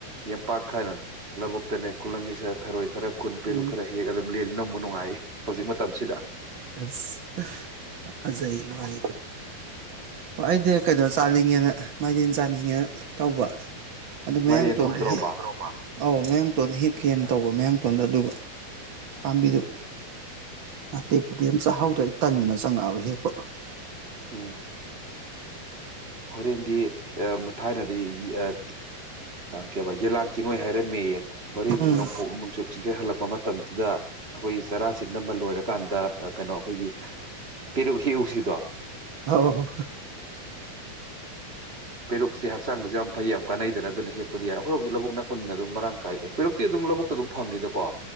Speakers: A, on the right; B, on the right.
A: ꯌꯦꯝꯄꯥꯛ ꯈꯔꯅ ꯂꯧꯕꯨꯛꯇꯅꯦ ꯈꯨꯂꯪ ꯏꯁꯩ ꯁꯛꯂ ꯊꯔꯣꯢ ꯈꯔ ꯈꯨꯟ ꯄꯦꯔꯨꯛ
B: ꯎꯝ
A: ꯈꯔ ꯍꯦꯛ ꯑꯗꯨꯝ ꯂꯦꯟꯂꯤ ꯅꯨꯡꯕꯨ ꯅꯨꯡꯉꯥꯏꯔꯤ ꯍꯧꯖꯤꯛ ꯃꯇꯝꯁꯤꯗ
B: ꯑꯁ <unintelligible> ꯑꯣ ꯑꯩꯗꯤ ꯀꯩꯅꯣ ꯆꯥꯅꯤꯡꯉꯦꯅ ꯃꯥꯏꯔꯦꯟ ꯆꯥꯅꯤꯡꯉꯦꯅ ꯇꯧꯕ ꯑꯗꯨ ꯃꯌꯥꯡꯇꯣꯟꯗꯣ
A: ꯃꯥꯏꯔꯦꯟ ꯊꯣꯡꯗ꯭ꯔꯣꯕ꯭ꯔꯥ
B: ꯍꯦꯛ ꯑꯧ ꯃꯌꯥꯡꯇꯣꯟ ꯍꯦꯛꯀꯦꯅ ꯇꯧꯕ ꯃꯌꯥꯡꯇꯣꯟꯗꯣ ꯑꯗꯨꯒ ꯄꯥꯝꯕꯤꯗꯨ
A: ꯎꯝ
B: ꯑꯇꯦꯛꯄꯗꯤ ꯌꯥꯝ ꯆꯥꯛꯍꯥꯎꯗꯦ ꯑꯩ ꯇꯟꯗꯅ ꯆꯪꯉꯛꯑꯕ ꯍꯦꯛꯄ
A: ꯎꯝ ꯍꯣꯔꯦꯟꯗꯤ ꯑꯦ ꯊꯥꯏꯅꯗꯤ ꯑꯥ ꯀꯩꯕ ꯌꯦꯂꯥꯡ ꯀꯦꯡꯉꯣꯏ ꯍꯥꯏꯔꯝꯃꯦꯑꯌꯦ ꯍꯣꯔꯦꯟꯗꯤ
B: ꯎꯝ
A: ꯅꯣꯡꯄꯣꯛ ꯅꯣꯡꯆꯨꯞ ꯆꯤꯡꯒꯩ ꯍꯜꯂꯛꯄ ꯃꯇꯝꯁꯤꯗ ꯑꯩꯈꯣꯏ ꯆꯔꯥꯆꯤꯟꯗꯝꯕ ꯂꯣꯏꯔꯀꯥꯟꯗ ꯀꯩꯅꯣ ꯑꯩꯈꯣꯏꯒꯤ ꯄꯤꯔꯨꯛ ꯍꯦꯌꯎꯁꯤꯗꯣ
B: ꯑꯥꯎꯎ
A: ꯄꯦꯔꯨꯛꯁꯦ ꯍꯛꯆꯥꯡꯗꯁꯨ ꯌꯥꯝ ꯐꯩ ꯌꯥꯝ ꯀꯥꯟꯅꯩꯗꯅ ꯑꯗꯨꯅ ꯍꯦꯛꯄꯗꯤ ꯌꯥꯔꯦ ꯑꯩꯈꯣꯏꯣꯝꯒꯤ ꯂꯧꯕꯨꯛꯅ ꯀꯨꯟꯅ ꯑꯗꯨꯝ ꯃꯔꯥꯡ ꯀꯥꯏꯗ ꯄꯦꯔꯨꯛꯇꯤ ꯑꯗꯨꯝ ꯂꯧꯕꯨꯛꯇ ꯑꯗꯨꯝ ꯐꯪꯅꯤꯗꯀꯣ